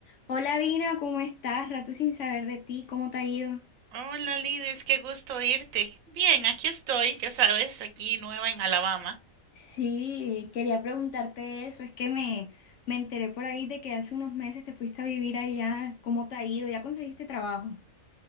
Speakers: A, on the left; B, on the right.
A: Hola Dina, ¿cómo estás? Rato sin saber de ti, ¿cómo te ha ido?
B: Hola Lidis, qué gusto oírte. Bien, aquí estoy, ya sabes, aquí nueva en Alabama.
A: Sí, quería preguntarte eso, es que me, me enteré por ahí de que hace unos meses te fuiste a vivir allá, ¿cómo te ha ido? ¿Ya conseguiste trabajo?